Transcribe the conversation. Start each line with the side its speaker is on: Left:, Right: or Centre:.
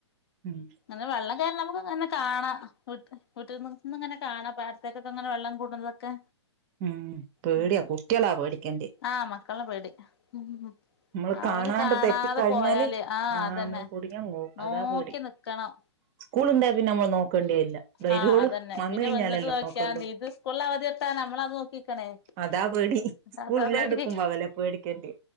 Right: ഉം
Left: ങ്ങനെ വെള്ളം കയറ്ന്നെ നമുക്ക്ങ്ങനെ കാണാ. വീട്ട് വീട്ടിൽന്ന് ന്ന് ങ്ങനെ കാണാ പാടത്തേക്കൊക്കെങ്ങനെ വെള്ളം കൂട്ന്നതൊക്കെ
Right: ഉം പേടിയാ
Left: ഉം,
Right: കുട്ടികളാ പേടിക്കേണ്ടേ
Left: ആഹ് മക്കളല്ലാം പേടി. ഉം
Right: നമ്മള്
Left: അവര്
Right: കാണാണ്ട്
Left: കാണാതെ
Right: തെറ്റിക്കഴിഞ്ഞാല്
Left: പോയാല്, ആഹ്
Right: ആ
Left: അതന്നെ
Right: നമ്മള് കുടുങ്ങിയങ്ങ് പോവും
Left: നോക്കി
Right: അതാ പേടി
Left: നിക്കണം.
Right: സ്കൂൾ ഉണ്ടായ പിന്നെ നമ്മൾ നോക്കേണ്ടിയില്ല വരുവോളൂ
Left: ആഹ്. അതന്നെ
Right: വന്ന്
Left: പിന്നെ
Right: കഴിഞ്ഞാലല്ലോ
Left: വന്ന്ട്ട് നോക്കിയാതി.
Right: നോക്കണ്ടു
Left: ത് കൊള്ളാ വതിർട്ടാ നമ്മളത് നോക്കിക്കണെ
Right: അതാ പേടി സ്കൂൾ
Left: അതാപേടി.
Right: ഇല്ലാണ്ട്ക്കുമ്പോ അവലെ പേടിക്കേണ്ടി